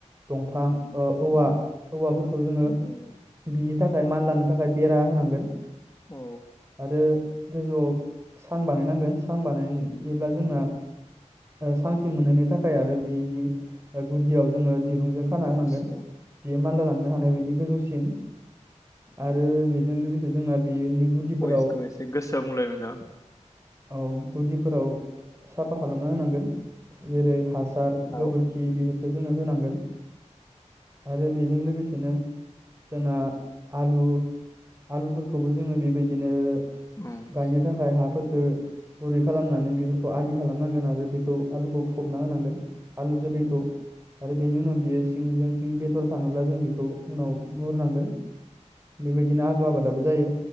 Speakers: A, on the right (about 20°); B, on the left (about 25°).
A: दंफां। औवा-औवाफोरखौ
B: उम
A: जोङो
B: उम
A: बिनि थाखाय मानलानो थाखाय बेरा होनांगोन।
B: औ
A: आरो। गोजौआव। सां बानायनांगोन सां बानाय एब्ला जोंना।
B: उम
A: सांसिम मोनहैनी थाखाय आरो बेनि गुदियाव जोङो दिरुं जीं खाना होनांगोन
B: आदसा
A: बियो मानला ल मोननो हानाय बायदि गोजौसिम। आरो बेजों लोगोसे जोंना बेनि गुदिफोराव।
B: भइसखौ एसे गोसा बुंलाय नोंथां
A: औ गुदिफोराव‌ साफा खालामना होनांगोन। जेरै ह हासार
B: उम औ
A: गोबोरखि
B: उम
A: बे। बे जोङो होनांगोन। आरो बेजों लोगोसेनो। जोंना आलु आलुफोरखौबो जोङो बेबायदिनो।
B: उम उम
A: गायनो थाखाय हा। फोर गुरै खालामनानै बेफोरखौ आलि खालामनांगोन आरो बेखौ आलुखौ। फबना होनांगोन आलु जोलैखौ, आरो बेनि उनाव बियो सिंजों सिं बेदर थाङोब्ला जों बेखौ उनाव बहुरनांगोन बेबायदिनो आलु आबादाबो जायो।